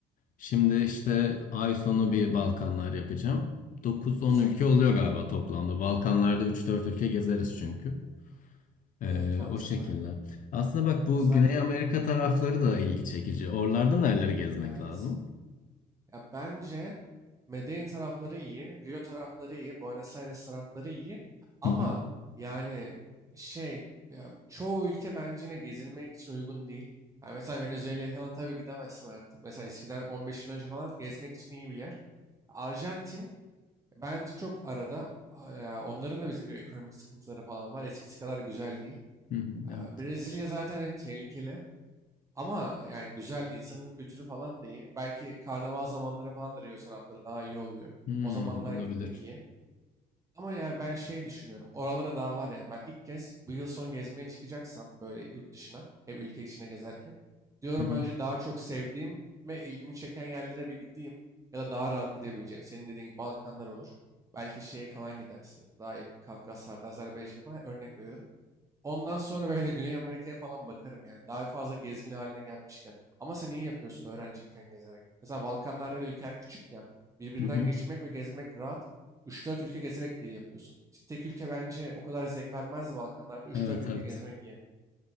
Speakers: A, on the left; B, on the right.
A: şimdi işte ay sonu bir Balkanlar yapacağım. Dokuz on
B: Güzel.
A: ülke oluyor galiba toplamda. Balkanlarda üç dört ülke gezeriz çünkü. Ee,
B: Evet mantıklı.
A: o şekilde. Aslında bak bu
B: Zaten.
A: Güney Amerika tarafları da ilgi çekici. Oralarda nereleri gezmek
B: Evet.
A: lazım?
B: Ya bence Medellin tarafları iyi, Rio tarafları iyi, Buenos Aires tarafları iyi. Ama
A: Hı hı.
B: yani şey ya çoğu ülke bence yine gezilmek için uygun değil. Yani mesela Venezuela'ya falan tabii gidemezsin artık. Mesela eskiden 15 yıl önce falan gezmek için iyi bir yer. Arjantin bence çok arada. Eee, Onların da bizim gibi ekonomik sıkıntıları falan var. Eskisi kadar güzel değil.
A: Hı hı,
B: Eee,
A: evet.
B: Brezilya zaten hem tehlikeli. Ama yani güzel insanın kültürü falan da iyi. Belki karnaval zamanları falan da Rio tarafları daha iyi oluyor.
A: Hmm,
B: O zamanlar
A: olabilir.
B: gitmek iyi. Ama yani ben şey düşünüyorum. Oralara daha var ya. Ben ilk kez bu yıl son gezmeye çıkacaksam böyle yurt dışına, hep ülke içine gezerken. Diyorum
A: Hı hı,
B: önce daha çok sevdiğim ve ilgimi çeken yerlere bir gideyim. Ya da daha rahat gidebileceğim. Senin dediğin gibi Balkanlar olur. Belki şeye falan gidersin. Ya da daha yakın Kafkaslar'da, Azerbaycan'a falan örnek veriyorum. Ondan sonra böyle Güney Amerika'ya falan bakarım yani. Daha fazla gezgin haline gelmişken. Ama sen iyi yapıyorsun öğrenciyken gezerek. Mesela Balkanlarda bile ülkeler küçük ya. Birbirinden
A: hı hı.
B: geçmek ve gezmek rahat. Üç dört ülke gezerek de iyi yapıyorsun. Tek ülke bence o kadar zevk vermez Balkanlarda. üç
A: Evet
B: dört ülke
A: evet.
B: gezmek iyi.